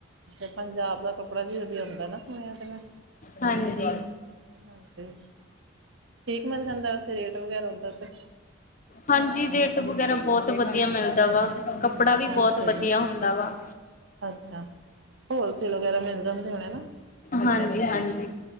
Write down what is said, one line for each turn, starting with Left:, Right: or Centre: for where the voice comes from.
Right: ਅੱਛਾ ਪੰਜਾਬ ਦਾ ਕੱਪੜਾ ਜੀ ਵਧੀਆ ਹੁੰਦਾ ਨਾ ਸੁਣਿਆ ਤੇ ਮੈਂ।
Left: ਹਾਂਜੀ।
Right: ਹਾਂਜੀ ਠੀਕ ਮਿਲ ਜਾਂਦਾ ਵੈਸੇ ਰੇਟ ਵਗੈਰਾ ਓਦਰ ਤੇ‌।
Left: ਹਾਂਜੀ ਰੇਟ ਵਗੈਰਾ ਬੋਤ ਵਧੀਆ ਮਿਲਦਾ ਵਾ। ਕੱਪੜਾ ਵੀ
Right: ਅੱਛਾ
Left: ਬੋਤ ਵਧੀਆ
Right: ਜੀ
Left: ਹੁੰਦਾ ਵਾ।
Right: ਅੱਛਾ ਹੋਲਸੇਲ ਵਗੈਰਾ ਮਿਲ ਜਾਂਦੇ ਹੋਣੇ ਨਾ।
Left: ਹਾਂਜੀ ਹਾਂਜੀ